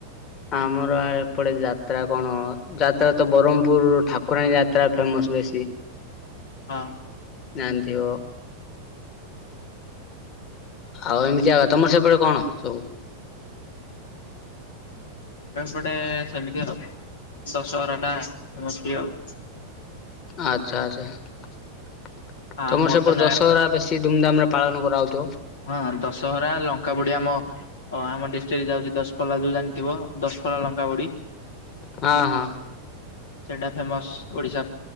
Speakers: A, on the left; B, on the left.
A: ଆମର ଏପଟେ ଯାତ୍ରା କଣ ଯାତ୍ରା ତ ବରମ୍ପୁର ଠାକୁରାଣୀ ଯାତ୍ରା ଫେମସ୍ ବେଶୀ।
B: ହଁ।
A: ଜାଣିଥିବ। ଆଉ ଏମିତି ଆକା ତମର ସେପଟେ କଣ ସବୁ?
B: ଏପଟେ ସେମିତି ଆଉ ଦଶହର ଟା ଫେମସ୍ ଟିକେ ଆଉ।
A: ଆଚ୍ଛା ଆଚ୍ଛା ତମର
B: ଆ ମୋର
A: ସେପଟେ
B: ତ ନୟା
A: ଦଶହରା ବେଶୀ କି ଧୁମ୍ ଧାମ୍ ରେ ପାଳନ କରାଯାଉଥିବ।
B: ହଁ ଦଶହରା ଲଙ୍କା ପୋଡି ଆମ ହଁ ଆମ ଡିଷ୍ଟ୍ରିକ୍ଟରେ ଯାଉଚି ଦଶପଲ୍ଲା ଯୋଉ ଜାଣିଥିବ ଦଶପଲ୍ଲା ଲଙ୍କା ପୋଡି
A: ହଁ ହଁ।
B: ସେଇଟା ଫେମସ୍ ଓଡିଶା